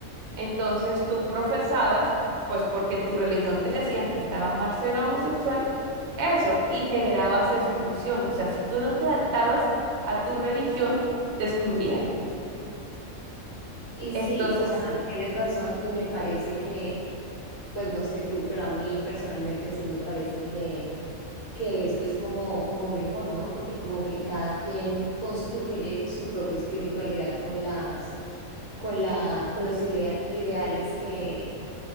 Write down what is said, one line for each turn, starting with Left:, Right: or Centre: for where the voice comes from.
Right: entonces tú profesabas, pues porque en tu religión te decían que estaba mal ser homosexual, eso, y generabas exclusión. O sea, si tú no te adaptabas a tu religión, te excluían.
Left: y
Right: Entonces,
Left: sí, o sea, tienes razón y me parece que, pues no sé tú, pero a mí personalmente sí me parece que que esto es como, como mejor, ¿no? Porque como que cada quien construye su propia espiritualidad con las, con la, con los ilea- ideales que,